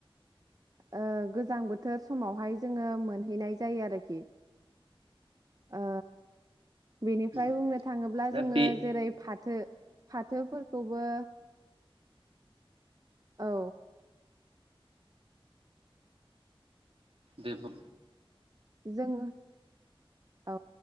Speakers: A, on the right (about 40°); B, on the right (about 75°).
A: ओ गोजां बोथोर समावहाय जोङो मोनहैनाय जायो आरोखि ओ बेनिफ्राय
B: आदसा
A: बुंनो थाङोब्ला
B: दा
A: जोङो
B: बे
A: जेरै फाथो फाथोफोरखौबो औ
B: देब
A: जों औ